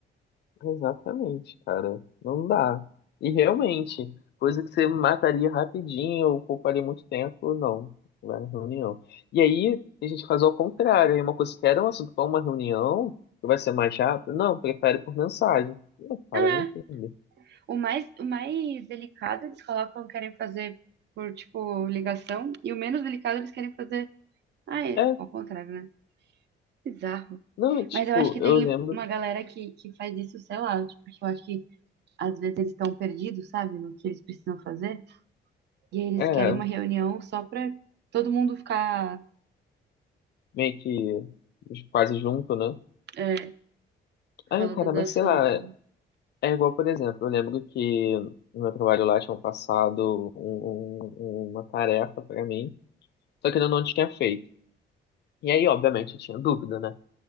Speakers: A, on the left; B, on the right.
A: Exatamente, cara. Não dá. E realmente, coisa que você mataria rapidinho, ou pouparia muito tempo, não. Vai na reunião. E aí, a gente faz ao contrário. Aí uma coisa que era um assunto para uma reunião, que vai ser mais rápido, não, prefere por mensagem. Não, cara,
B: Ah,
A: vai entender.
B: o mais, o mais delicado eles colocam, querem fazer por, tipo, ligação, e o menos delicado eles querem fazer. Ah, é,
A: É,
B: ao contrário, né? Bizarro.
A: não, tipo,
B: Mas eu acho que tem
A: eu lembro,
B: uma galera que, que faz isso, sei lá, tipo, porque eu acho que às vezes eles estão perdidos, sabe, no que eles precisam fazer, e aí eles
A: é,
B: querem uma reunião só pra todo mundo ficar,
A: meio que quase junto, né?
B: é,
A: Ai,
B: falando
A: cara,
B: do
A: mas
B: assunto.
A: sei lá, é igual, por exemplo, eu lembro que no meu trabalho lá tinham passado um- um- um, uma tarefa pra mim, só que eu não tinha feito. E aí, obviamente, eu tinha dúvida, né?